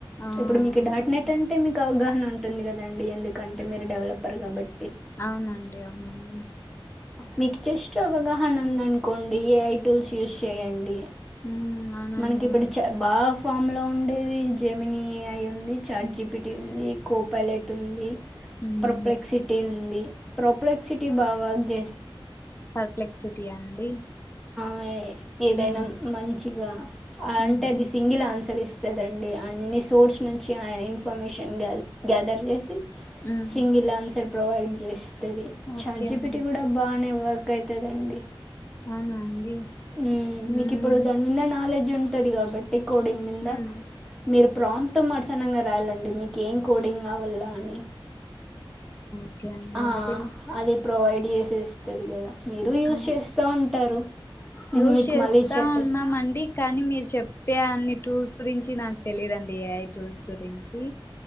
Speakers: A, on the left (about 25°); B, in the centre.
A: ఆ అవునండి
B: ఇప్పుడు మీకు దాటినట్టంటే మీకు అవగాహన ఉ ఉంటుంది కదండి ఎందుకంటే మీరు డెవలపర్ కాబట్టి
A: అవునండి అవునండి
B: మీకు జస్ట్ అవగాహన ఉందనుకోండి ఏ ఐ టూల్స్ యూస్ చేయండి
A: ఉమ్ అవునండి
B: మనకి ఇబ్బుడు చ బా ఫామ్లో ఉండేవి జెమిన ఐ ఉంది చాట్ జీపిటీ ఉంది కో పలెట్ ఉంది
A: ఉమ్
B: ప్రొప్లెక్సిటీ ఉంది ప్రొప్లెక్సిటీ బావ జె
A: పర్ప్లెక్సిటీయా అండి
B: మ ఏదైనా
A: ఉమ్
B: మ చిగా అంటే
A: ఉహు
B: అది సింగిల్ ఆన్సర్ ఇస్త సదేండి అన్ని సోర్స్ నుంచి ఆ ఇన్ఫర్మేషన్ గ్యా గ్యాదర్ చేసి
A: ఉమ్
B: సింగిల్ ఆన్సర్ ప్రొవైడ్ చేసి ది
A: ఓకే
B: చాట్ జిపిటి
A: అండి
B: గూడా బానే వ ఎక్క అఇత దండి
A: అవును అండి
B: మ్ మీకు
A: ఉమ్
B: ఇప్పుడు దాని మీద నాలెడ్జ్ జ్ ఉంటది కాబట్టి అకోడింగ్ మీద
A: ఉమ్
B: ప్రాంప్ట్ మడసానంగా రాయాలండి మీకు ఏం కోడింగ్ గవల్ల అని
A: ఓకే అండి
B: ఆ,
A: అదే
B: అది ప్రొవైడ్ చేసేస్తుంది కదా మీరు యూజ్
A: ఆ
B: చేస్తా ఉంటారు
A: యూస్
B: మీకు
A: చేస్తా
B: మళ్ళీ యూస్ చెప్పేసి
A: ఉన్నామండి కానీ మీరు చెప్పే అన్ని టూల్స్ గురించి నాకు తెలిదుండి ఏఐ టూల్స్ గురించి